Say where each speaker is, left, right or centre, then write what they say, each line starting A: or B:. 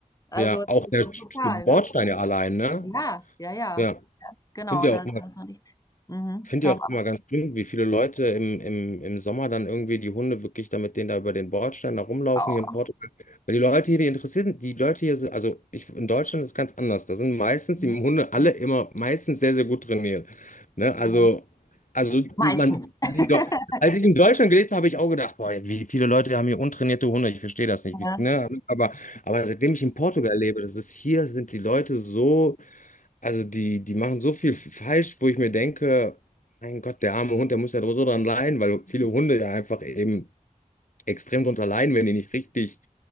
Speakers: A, on the left; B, on the left.
A: also
B: ja,
A: das
B: auch
A: ist
B: der
A: schon
B: Sch-
A: brutal,
B: Bordstein
A: ne?
B: ja allein, ne?
A: Ja, ja, ja.
B: Ja,
A: Ja, genau,
B: finde ich
A: da
B: auch immer
A: muss man nicht. Mhm,
B: Finde
A: top
B: ich Ja. auch immer ganz schlimm, wie viele Leute im, im, im Sommer dann irgendwie die Hunde wirklich da mit denen da über den Bordstein da rumlaufen
A: auch.
B: hier in Portugal. Weil die Leute hier, die interessieren, die Leute hier sind, also ich, in Deutschland ist ganz anders. Da sind meistens
A: Mhm,
B: die Hunde alle immer meistens sehr, sehr gut trainiert. Ne? Also,
A: Ja,
B: also
A: meistens.
B: man,
A: <laughs>
B: in Deu- als ich in Deutschland gelebt habe, habe ich auch gedacht, boah, wie viele Leute haben hier untrainierte Hunde, ich verstehe das nicht. Wie,
A: Ja,
B: ne? Aber, aber seitdem ich in Portugal lebe, das ist hier, sind die Leute so. Also die, die machen so viel falsch, wo ich mir denke, mein Gott, der arme Hund, der muss ja so dran leiden, weil viele Hunde ja einfach eben extrem drunter leiden, wenn die nicht richtig,